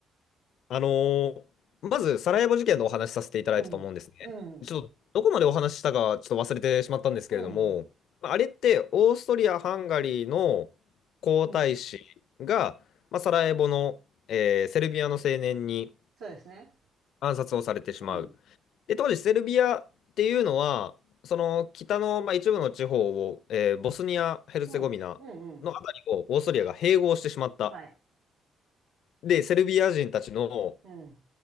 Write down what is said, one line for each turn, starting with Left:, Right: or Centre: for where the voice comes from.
Left: あのーまず、サラエボ事件のお話しさせていただいたと思うんですね。
Right: うん。うん。
Left: ちょっと、どこまでお話ししたか、ちょっと忘れてしまったんですけれども、
Right: うん、
Left: まああれって、オーストリア・ハンガリーの皇太子が、
Right: うん。
Left: まあ、サラエボの、えーセルビアの青年に
Right: そうですね。
Left: 暗殺をされてしまう。
Right: うん、
Left: で、当時、セルビアっていうのは、その北の、まあ、一部の地方を、えーボスニア・ヘルツェゴビナのあたりをオーストリアが併合してしまった。
Right: うん、うん、うん。はい。
Left: で、セルビア人たちの
Right: うん、